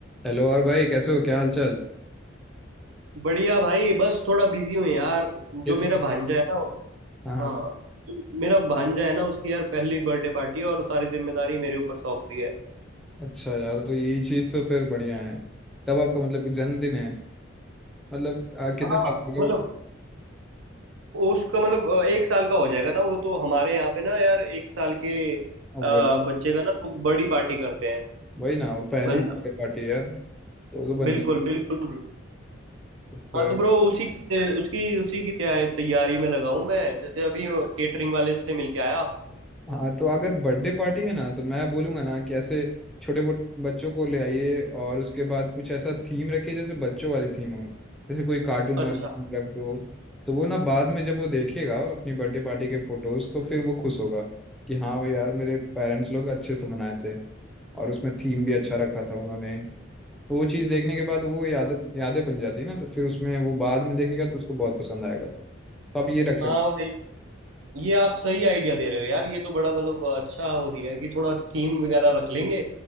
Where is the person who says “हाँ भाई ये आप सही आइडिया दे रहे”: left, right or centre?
Right